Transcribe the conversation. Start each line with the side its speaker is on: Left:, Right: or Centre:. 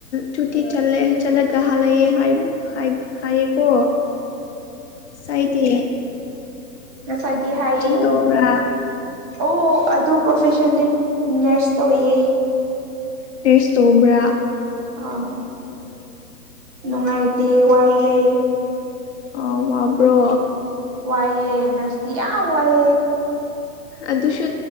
Left: ꯇꯨꯇ ꯆꯂꯦ ꯆꯠꯂꯒ ꯍꯜꯂꯛꯑꯦ ꯍꯥꯏ ꯍꯥꯏ ꯑꯣ ꯁꯥꯏꯗꯤ
Right: ꯉꯁꯥꯏꯒꯤ ꯍꯥꯏꯌꯦ
Left: ꯇꯧꯕ꯭ꯔꯥ
Right: ꯑꯣ ꯑꯗꯨ ꯄ꯭ꯔꯣꯐꯦꯁꯟꯗꯤ ꯅꯔꯁ ꯇꯧꯋꯌꯦ
Left: ꯅꯁꯇꯣꯕ꯭ꯔꯥ
Right: ꯑꯥ ꯅꯨꯡꯉꯥꯏꯇꯦ ꯋꯥꯏꯑꯦ
Left: ꯑ ꯃꯥꯕ꯭ꯔꯣ
Right: ꯋꯥꯏꯌꯦꯦ ꯅꯁ ꯌꯥ ꯋꯥꯏꯌꯦꯦ
Left: ꯑꯗꯨꯁꯨ